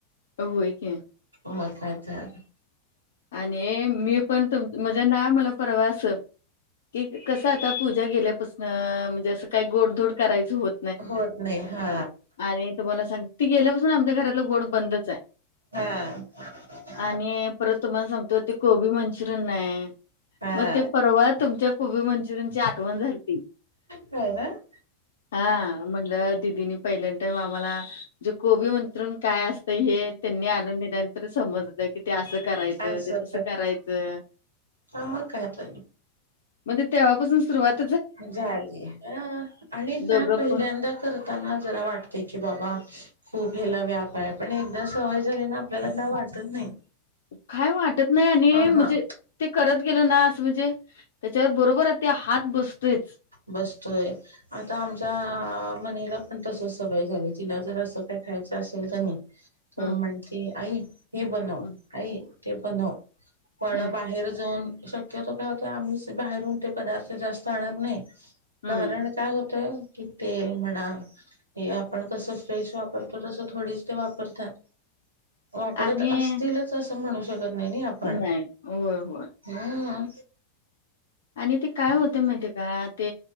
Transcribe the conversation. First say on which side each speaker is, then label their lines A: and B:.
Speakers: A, on the left; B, on the right.
A: होय की.
B: हो, मग काय तर.
A: आणि मी पण तुम, म्हणजे ना मला परवा असं कि कसं आता, पूजा गेल्यापसन म्हणजे असं काय गोडधोड करायचं होत
B: होत नाही हा
A: आणि तुम्हाला सांग, ती गेल्यापासून आमच्या घरातलं गोड बंदच हाय.
B: हा.
A: आणि परत तुम्हाला सांगतो, ते कोबी मंचुरियन नाही
B: हा
A: मग ते परवा तुमच्या कोबी -मंचुरियनची आठवण झालीती.
B: होय कां.
A: हा म्हणटलं दिदीनी पहिल्यांन टाइम आम्हाला, जे कोबी -मन्चुरिअन काय असतंय हे, त्यांनी आणून देण्यान समजल, की ते असं करायच. ते
B: असं
A: तस
B: कर
A: करायचं,
B: मग काय तर
A: म तेव्हापासून सुरुवात
B: झाली अ, आणि
A: दोघं
B: काय पहिल्यांदा
A: पण
B: करत ताना, जरा वाटते की बाबा खूप ह्याला व्याप हाय, पण एकदा सवय झाली ना, आपल्याला का वाटत नाही.
A: काय वाटत नाही आणि,
B: हा
A: म्हणजे,
B: हा
A: ते करत गेलं ना असं म्हणजे त्याच्यावर बरोबर ते हात बसतोयच.
B: बसतोय. आता आमच्या मणीला पण, तस सवय झाली, तिला जर असं काही खायचं असेल कणी तर
A: हम्म
B: म्हणते, आई हे बनव,
A: हम्म
B: आई ते बनव. पण
A: हम्म
B: बाहेर जाऊन, शक्यतो काय आता आम्ही बाहेरून ते पदार्थ जास्त आणत नाही.
A: हम्म
B: कारण काय होतंय कि तेल म्हणा हे आपण कसं फ्रेश वापरतो, तसं थोडीच ते वापरतात. वापरत
A: आणि
B: असतीलच असं, म्हणू शकत नाही, नी आपण.
A: नाही होय होय.
B: हम्म
A: आणि ते काय होतय, माहितीे का ते